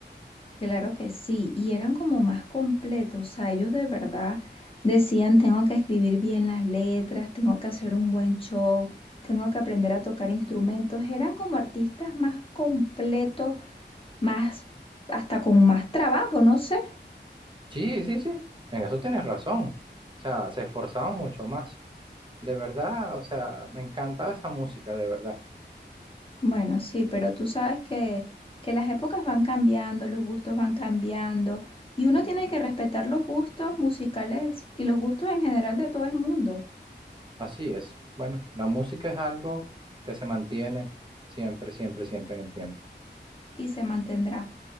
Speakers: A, on the left; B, on the right.
A: Claro que sí, y eran como más completos, o sea, ellos de verdad decían, tengo que escribir bien las letras, tengo que hacer un buen show, tengo que aprender a tocar instrumentos, eran como artistas más completos, más, hasta con más trabajo, no sé.
B: Sí, sí, sí, en eso tienes razón, o sea, se esforzaban mucho más, de verdad, o sea, me encantaba esa música, de verdad.
A: Bueno, sí, pero tú sabes que, que las épocas van cambiando, los gustos van cambiando, y uno tiene que respetar los gustos musicales y los gustos en general de todo el mundo,
B: Así es. Bueno, la música es algo que se mantiene siempre, siempre, siempre en el tiempo.
A: y se mantendrá.